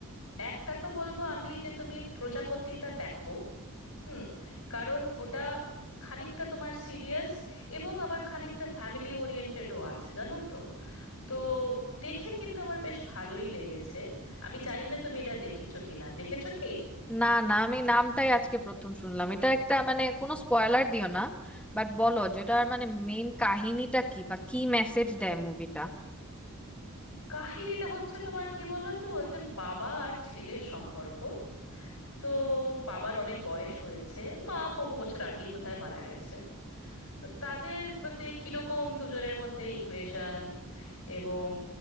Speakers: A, on the left; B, in the centre.
A: একটা তো বলবো আমি যে তুমি প্রজাপতিটা দেখো হুম কারণ ওটা খানিকটা তোমার সিরিয়াস এবং আবার খানিকটা ফ্যামিলি ওরিয়েন্টেডও আছে জানো তো তো দেখে কিন্তু আমার বেশ ভালোই লেগেছে আমি জানি না তুমি এটা দেখেছো কি না দেখেছো কি
B: না না আমি নামটাই আজকে প্রথম শুনলাম এটা একটা মানে কোনো স্পয়লার দিও না বাট বলো যেটার মানে মেইন কাহিনীটা কি বা কি মেসেজ দেয় মুভিটা
A: কাহিনীটা হচ্ছে তোমার কি বলো তো একজন বাবা আর ছেলের সম্পর্ক তো বাবার অনেক বয়স হয়েছে মা বহু বছর আগেই বোধহয় মারা গেছে তো তাদের মধ্যে কিরকম দুজনের মধ্যে ইকুয়েশন এবং